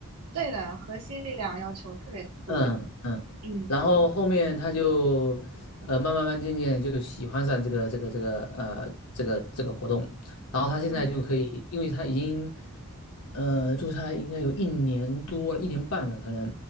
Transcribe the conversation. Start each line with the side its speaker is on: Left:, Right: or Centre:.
Right: 对的，核心力量要求特别多。
Left: 嗯嗯，
Right: 嗯
Left: 然后后面他就呃慢慢慢渐渐就喜欢上这个这个这个呃这个这个活动，然后他现在就可以，
Right: 嗯
Left: 因为他已经呃做下来应该有一年多了，一年半了可能，